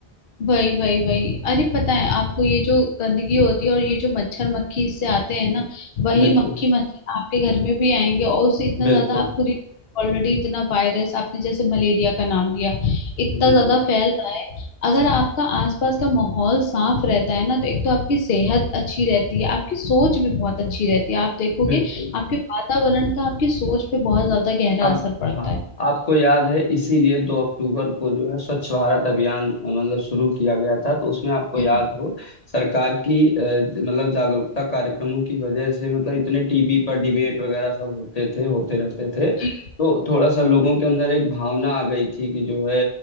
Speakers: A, on the left (about 65°); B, on the left (about 35°).
A: वही वही वही अरे पता है आपको ये जो गंदगी होती है और ये जो मच्छर मक्खी इससे आते हैं ना वही
B: बिल्कुल
A: मक्खी मच्छर आपके घर में भी आएंगे और उससे इतना
B: बिल्कुल
A: ज्यादा आप खुद ही ऑलरेडी इतना वायरस आपने जैसे मलेरिया का नाम लिया इतना
B: जी
A: ज्यादा
B: जी
A: फैल रहा है अगर आपका आसपास का माहौल साफ रहता है ना तो एक तो आपकी सेहत अच्छी रहती है आपकी सोच भी बहुत अच्छी रहती है आप देखोगे
B: बिल्कुल
A: आपके वातावरण का आपकी सोच पे बहुत ज्यादा गहरा
B: अब
A: असर पड़ता
B: हाँ
A: है
B: आपको याद है इसीलिए दो अक्टूबर को जो है स्वच्छ भारत अभियान अ, मतलब शुरू किया गया था तो उसमें आपको याद
A: हम्म,
B: हो सरकार की अ, मतलब जागरूकता कार्यक्रमों की वजह से मतलब इतने टीवी पर डिबेट वगैरह सब होते थे होते रहते थे
A: जी
B: तो थोड़ा सा लोगों के अंदर एक भावना आ गई थी कि जो है